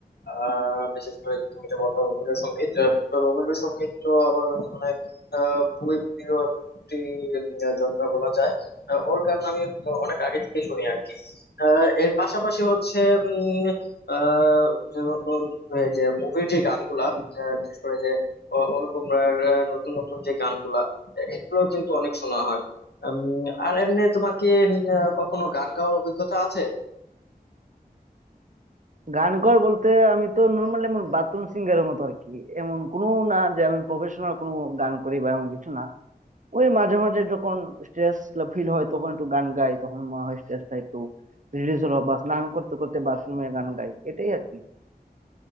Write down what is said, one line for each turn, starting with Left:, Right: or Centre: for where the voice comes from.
Left: আহ বিশেষ করে যে তুমি যে বললো রবীন্দ্রসঙ্গীত আহ, তো রবীন্দ্রসঙ্গীত তো আমার মানে আহ, খুবই প্রিয় একটি জনরা বলা যায় আহ, ওর গান আমি তো অনেক আগে থেকে শুনি আর কি আহ, এর পাশাপাশি হচ্ছে উম, আহ, যে নতুন, আহ, যে মুভির যে গানগুলা আহ, বিশেষ করে যে আহ, অনুপম রায়ের আহ, নতুন নতুন যে গানগুলা এগুলো কিন্তু অনেক শোনা হয় উম, আর এমনি তোমার কি উম, আহ, কখনো গান গাওয়ার অভিজ্ঞতা আছে
Right: গান কর বলতে আমি তো নর্মালি এমন বাথরুম সিঙ্গারের মতো আর কি এমন কোনো না যে আমি প্রফেশনাল কোনো গান করি বা এমন কিছু না ওই মাঝে মাঝে যখন স্ট্রেস ফিল হয় তখন একটু গান গাই তখন মনে হয় স্ট্রেসটা একটু রিলিজ হলো বা স্নান করতে করতে বাথরুমে গান গাই এটাই আর কি